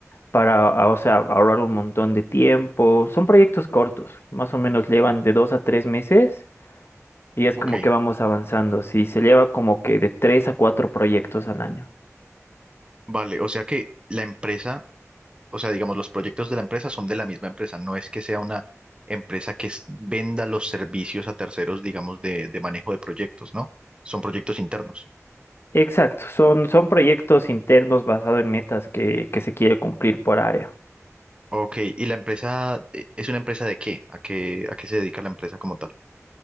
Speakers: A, on the left; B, on the right.
A: para, a- o sea, ahorrar un montón de tiempo. Son proyectos cortos, más o menos llevan de dos a tres meses y es como
B: ok.
A: que vamos avanzando, sí, se lleva como que de tres a cuatro proyectos al año.
B: Vale, o sea que la empresa o sea, digamos, los proyectos de la empresa son de la misma empresa, no es que sea una empresa que s- venda los servicios a terceros, digamos, de, de manejo de proyectos, ¿no? Son proyectos internos.
A: Exacto, son, son proyectos internos basados en metas que, que se quiere cumplir por área.
B: Ok, ¿y la empresa eh, es una empresa de qué? ¿A qué, a qué se dedica la empresa como tal?